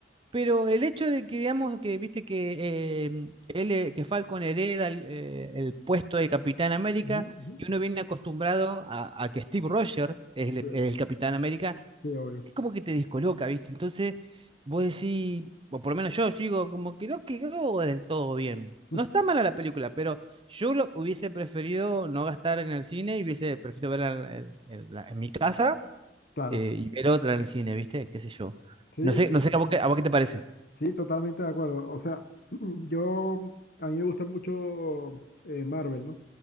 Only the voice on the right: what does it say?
Pero el hecho de que, digamos, que viste que, eh, él, eh, que Falcon hereda el, eh, el puesto de Capitán América
y uno viene acostumbrado a, a que Steve Rogers es el,
es el Capitán América,
es como que te descoloca, ¿viste? Entonces, vos decís, o por lo menos yo, digo, como que no quedó del todo bien.
No está mala la película, pero yo lo hubiese preferido no gastar en el cine y hubiese preferido verla en, en la- en mi casa
eh, y ver otra en el cine, ¿viste? ¿Qué sé yo?
No sé,
no sé a vos qué, a vos qué te parece.